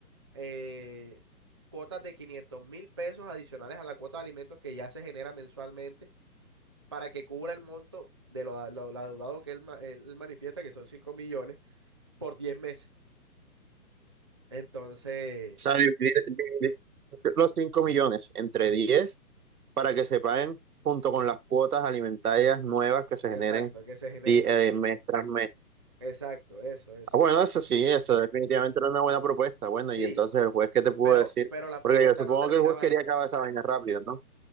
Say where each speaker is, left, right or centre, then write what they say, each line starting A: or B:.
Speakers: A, on the right (about 20°); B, on the right (about 70°).
A: eh, cuotas de quinientos mil pesos adicionales a la cuota de alimentos que ya se genera mensualmente para que cubra el monto de lo, lo- lo adeudado que él, ma- él- él manifiesta, que son 5 millones, por 10 meses. Entonces,
B: sea, dividir, dividir los cinco millones entre 10 para que se paguen junto con las cuotas alimentarias nuevas que se
A: exacto,
B: generen
A: que se genere.
B: di- eh, mes tras mes
A: Exacto, eso, eso.
B: Ah, bueno, eso sí, eso definitivamente era una buena propuesta. Bueno,
A: Sí,
B: y entonces el juez, ¿qué te pudo
A: pero,
B: decir?
A: pero la
B: Porque
A: propuesta
B: yo supongo
A: no terminaba
B: que el juez quería
A: ahí.
B: acabar esa vaina rápido, ¿no?